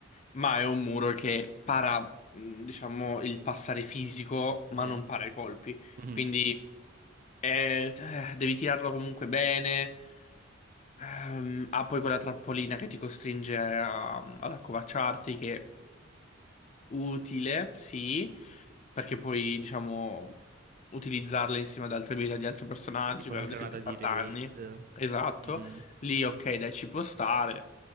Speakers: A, on the left; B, on the right.
A: ma è un muro che para, mh, diciamo, il passare fisico,
B: Sì.
A: ma non para i colpi.
B: Mhm.
A: Quindi eh, eh, devi tirarlo comunque bene. Ehm, ha poi quella trappolina che ti costringe a- ad accovacciarti, che Utile, sì, perché puoi, diciamo, utilizzarle insieme ad altre abilità di altri personaggi,
B: Tipo
A: per
B: una granata
A: ad esempio
B: di
A: far
B: raid.
A: danni. Esatto.
B: Mhm.
A: Lì, ok, dai, ci può stare.